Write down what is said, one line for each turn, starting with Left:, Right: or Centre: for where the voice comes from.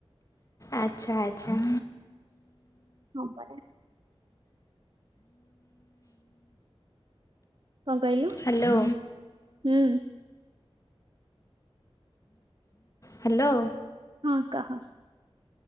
Left: ଆଚ୍ଛା ଆଚ୍ଛା।
Right: ହଁ ପରା କଣ କହିଲୁ
Left: ହ୍ୟାଲୋ
Right: ହୁଁ।
Left: ହ୍ୟାଲୋ।
Right: ହଁ କହ?